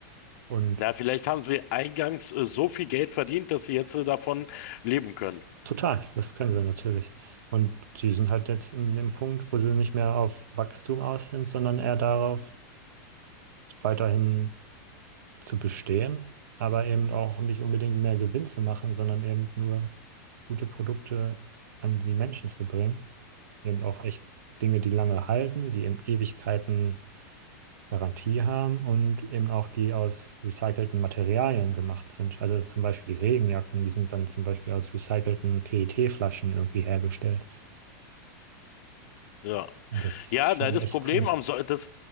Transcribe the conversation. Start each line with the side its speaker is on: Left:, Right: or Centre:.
Right: Und
Left: Na, vielleicht haben sie eingangs äh, so viel Geld verdient, dass sie jetzt äh, davon leben können.
Right: Total, das können sie natürlich. Und die sind halt jetzt in dem Punkt, wo sie nicht mehr auf Wachstum aus sind, sondern eher darauf, weiterhin zu bestehen, aber eben auch nicht unbedingt mehr Gewinn zu machen, sondern eben nur gute Produkte an die Menschen zu bringen. Eben auch echt Dinge, die lange halten, die eben Ewigkeiten Garantie haben und eben auch die aus recycelten Materialien gemacht sind. Also zum Beispiel die Regenjacken, die sind dann zum Beispiel aus recycelten PET-Flaschen irgendwie hergestellt.
Left: Ja.
Right: Und Das
Left: Ja,
Right: ist schon
Left: na, das
Right: echt
Left: Problem
Right: cool.
Left: am Soll, das,